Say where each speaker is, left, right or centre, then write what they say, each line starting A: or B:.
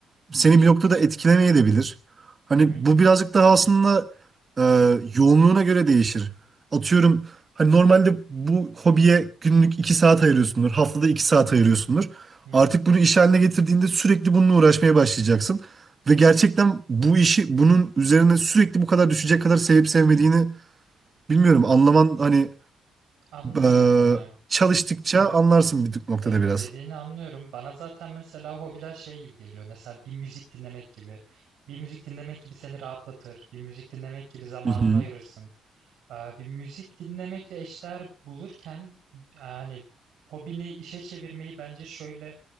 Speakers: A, on the right; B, on the right.
A: seni bir noktada etkilemeye de Hani
B: Hı hı,
A: bu birazcık daha aslında e, yoğunluğuna göre değişir. Atıyorum hani normalde bu hobiye günlük 2 saat ayırıyorsundur. Haftada 2 saat ayırıyorsundur.
B: hı
A: Artık
B: hı.
A: bunu iş haline getirdiğinde sürekli bununla uğraşmaya başlayacaksın. Ve gerçekten bu işi bunun üzerine sürekli bu kadar düşecek kadar sevip sevmediğini bilmiyorum. Anlaman hani
B: Anladım
A: e,
B: dedin ha.
A: çalıştıkça
B: Hı hı.
A: anlarsın bir noktada
B: Ya
A: biraz.
B: dediğini anlıyorum. Bana zaten mesela hobiler şey gibi geliyor. Mesela bir müzik dinlemek gibi. Bir müzik dinlemek gibi seni rahatlatır. Bir müzik dinlemek gibi zamanını
A: Hı hı.
B: ayırırsın. Ee, bir müzik dinlemekle eşdeğer bulurken e, hani hobini işe çevirmeyi bence şöyle